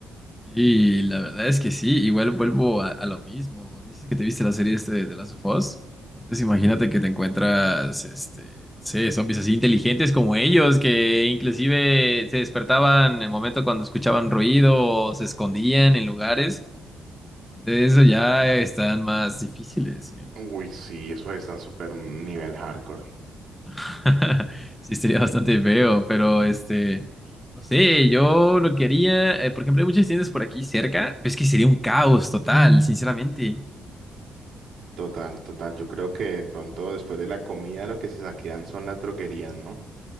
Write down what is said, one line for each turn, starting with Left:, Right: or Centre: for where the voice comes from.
Centre: Sí, la verdad es que sí, igual vuelvo a, a lo mismo. Dices que te viste la serie este de The Last of Us. Entonces imagínate que te encuentras, este, no sé, zombies así inteligentes como ellos, que inclusive se despertaban en el momento cuando escuchaban ruido o se escondían en lugares. Entonces eso ya están más difíciles, ¿eh?
Right: Uy, sí, eso está súper nivel hardcore.
Centre: <laughs> Sí, sería bastante feo, pero este, no sé, yo lo quería, eh, por ejemplo, hay muchas tiendas por aquí cerca, pero es que sería un caos total, sinceramente.
Right: Total, total. Yo creo que de pronto después de la comida lo que se saquean son las droguerías, ¿no?